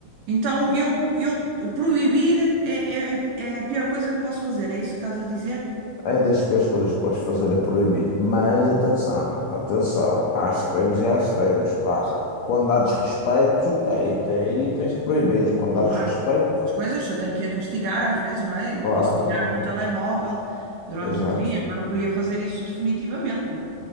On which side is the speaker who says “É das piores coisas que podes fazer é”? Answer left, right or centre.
Left